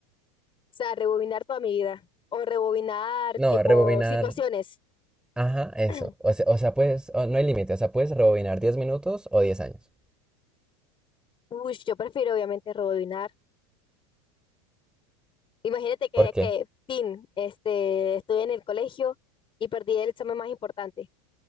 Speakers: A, on the left; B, in the centre.
A: O sea, rebobinar toda mi vida. O rebobinar
B: No,
A: tipo
B: rebobinar.
A: situaciones.
B: Ajá, eso.
A: <clears throat>
B: O sea, o sea, puedes. o- no hay límite. O sea, puedes rebobinar diez minutos o diez años.
A: Uy, yo prefiero obviamente rebobinar. Imagínate que,
B: ¿Por qué?
A: que tin, este, estoy en el colegio y perdí el examen más importante.